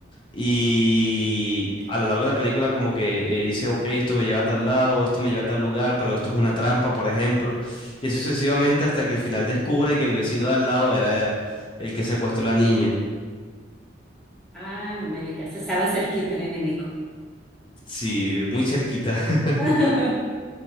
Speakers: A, on the left (about 25°); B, in the centre.
A: Y a lo largo de la película como que eh, dice, ok, esto me lleva a tal lado, esto me lleva a tal lugar, pero esto es una trampa, por ejemplo. Y así sucesivamente hasta que al final descubre que el vecino de al lado era el que secuestró a la niña.
B: Ah, no me digas, estaba cerquita el enemigo.
A: Sí, muy cerquita. <laughs>
B: <laughs>